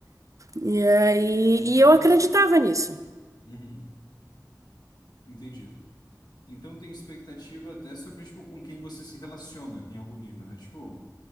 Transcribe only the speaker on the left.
Então
tem
expec...
Uhum, entendi. Então tem expectativa até sobre, tipo, com quem você se relaciona em algum nível, né? Tipo,